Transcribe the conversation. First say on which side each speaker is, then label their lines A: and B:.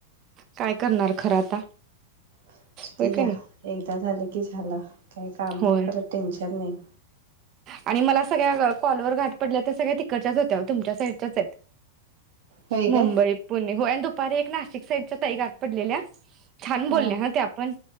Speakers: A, on the right (about 35°); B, on the right (about 60°).
A: काय करणार खरं आता
B: आसुद्या
A: होय
B: घ्या
A: का नाही
B: एकदा झालं की झालं काय काम
A: होय
B: परत टेन्शन नाही.
A: आणि मला सगळ्या कॉलवर गाठ पडल्या तर सगळ्या तिकडच्याच होत्या तुमच्या साईडच्याच आहेत.
B: होय काय
A: मुंबई पुणे होय आणि दुपारी एक नाशिक साईडच्या ताई गाठ पडलेल्या छान
B: हा
A: बोलल्या त्या पण